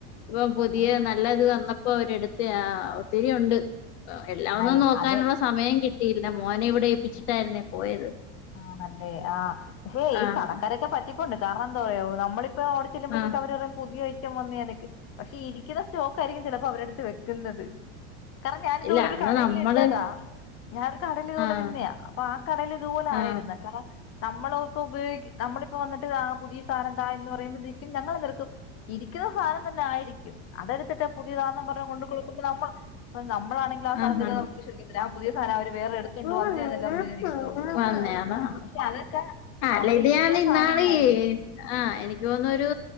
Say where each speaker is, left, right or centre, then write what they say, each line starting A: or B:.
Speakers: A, on the left (about 65°); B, on the left (about 40°).
A: ഇപ്പം പുതിയ
B: ആ
A: നല്ലത് വന്നപ്പോ അവരെടുത്തെയാ ഒത്തിരി ഉണ്ട് എല്ലാം
B: ആ,
A: ഒന്നും നോക്കാനുള്ള
B: അതെ
A: സമയം കിട്ടിയില്ല മോനെ ഇവിടെ ഏപ്പിച്ചിട്ടായിരുന്നേ പോയത്
B: ആഹ്ണല്ലേ ആ പക്ഷേ
A: ആഹ്
B: ഈ കടക്കാരൊക്കെ പറ്റിപ്പോണ്ട് കാരണം എന്താ അറിയോ നമ്മളി ഓടി ചെല്ലുമ്പലത്തേക്കും
A: ആഹ്
B: അവര് പറയും പുതിയ <unintelligible> ഐറ്റം വന്ന ആണെന്ന് പക്ഷെ ഇരിക്കുന്ന സ്റ്റോക്ക് ആയിരിക്കും ചിലപ്പോ അവരടുത്ത് വെക്കുന്നത് കാരണം ഞാനിതുപോലെ
A: ഇല്ല
B: ഒരു
A: അന്ന്
B: കടയിൽ
A: നമ്മള്
B: നിന്നതാ ഞാനൊരു കടൽ ഇതുപോലെ
A: ആഹ്
B: നിന്നയാ അപ്പൊ ആ കടയില് ഇതുപോലെ
A: ആഹ്
B: ആയിരുന്ന് ക നമ്മള ഇപ്പൊ ഉപയോഗ നമ്മളിപ്പ വന്നിട്ട് ആ പുതിയ സാധനം തായെന്ന് പറയുമ്പോക്കും ഞങ്ങൾ എന്തെക്കും ഇരിക്കുന്ന സാധനം തന്നെ ആയിരിക്കും അതെടുത്തിട്ട പുതിയ സാധം പറഞ്ഞഞ് കൊണ്ട കൊടുക്കുമ്പോൾ നമ്മൾ ഇപ്പൊ നമ്മളാണെങ്കിൽ സാധനത്തേക്ക്
A: ആ ഹ
B: നമ്മൾ വിശ്വസിക്കത്തില്ല ആ പുതിയ സാധനം അവര് വേറെ എടുത്തോണ്ട്
A: ഹ
B: വന്നയാന്നല്ലേ നമ്മള് വിചാരിക്കത്തുള്ളൂ
A: അന്നെയതാ
B: പക്ഷെ അതൊക്കെ
A: ആ
B: അവിടെ
A: ല ഇത്
B: ഇരിക്കുന്ന
A: ഞാൻ ഇന്നാളി
B: സാധനങ്ങളായിരിക്കും
A: ഈ ആഹ് എനിക്ക് തോന്ന് ഒരു